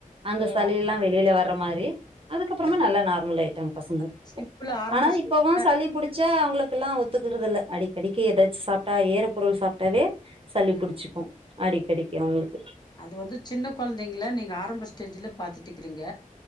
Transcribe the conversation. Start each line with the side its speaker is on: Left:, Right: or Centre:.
Right: அந்த
Left: அ
Right: சளி எல்லா வெளியில வர்ற மாரி அதுக்கப்பறமா நல்லா நார்மல் ஆயிட் டாங்க பசங்க
Left: அது சிம்பிளா ஆரம்ப
Right: ஆனா
Left: ஸ்டேஜ்ல
Right: இப்பவும் சளி புடிச்சா அவங்களுக் கெல்லா ஒத்துக்குறதில்ல அடிக்கடிக்கு ஏதாச்சும் சாப்பிட்டா ஈற பொருள் சாப்ட்டாவே சளி
Left: ம்ஹ்ம்.
Right: புடிச்சுக்கும் அடிக்கடிக்கு அவங்களுக்கு
Left: அது வந்து சின்ன குழந்தைங்கள நீங்க ஆரம்ப ஸ்டேஜ்ல பாத்துட்டுக்கிறீங்க